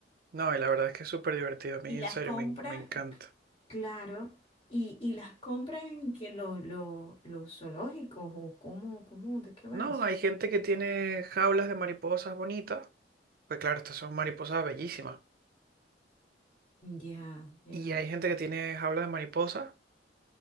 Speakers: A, on the right; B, on the left.
A: No, y la verdad es que es súper divertido. A mí,
B: Y las
A: en serio,
B: compran,
A: me, en- me encanta.
B: claro, y, y las compran en que lo- lo- los zoológicos o cómo, cómo, ¿de qué va
A: No,
B: eso?
A: hay gente que tiene jaulas de mariposas bonitas. Pues claro, estas son mariposas bellísimas.
B: Ya, ya,
A: Y hay gente que tiene jaulas de mariposas